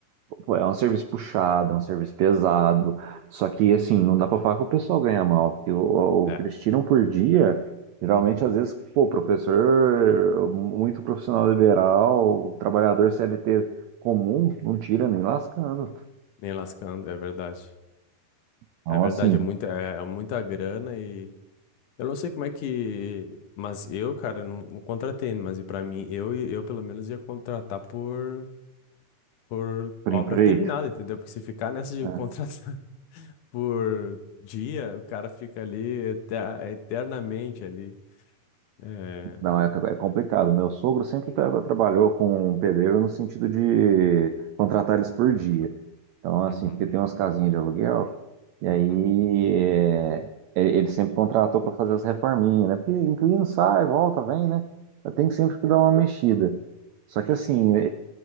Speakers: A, on the right (about 80°); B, on the left (about 70°).
A: pô, é um serviço puxado, é um serviço pesado, só que, assim, não dá pra falar que o pessoal ganha mal, porque o,
B: É.
A: o que eles tiram por dia, geralmente,
B: Uhum.
A: às vezes, pô, professor, muito profissional liberal, trabalhador CLT comum, não tira nem lascando.
B: Nem lascando, é verdade.
A: Então,
B: É verdade,
A: assim,
B: é muita, é é muita grana e eu não sei como é que, mas eu, cara, não, não contratei, mas e para mim, eu e eu pelo menos ia contratar por por
A: por
B: obra
A: empreito.
B: terminada, entendeu? Porque se ficar nessa de
A: é.
B: contratar <laughs> por dia, o cara fica ali eter- eternamente ali. É...
A: Não, é, é complicado. Meu sogro sempre tra- trabalhou com um pedreiro no sentido de contratar eles por dia. Então, assim,
B: Uhum,
A: porque tem umas casinhas de aluguel, e aí
B: uhum,
A: é, é- ele sempre contratou para fazer as reforminhas, né? Porque inquilino sai, volta, vem, né? Tem sempre que dar uma mexida. Só que, assim, é-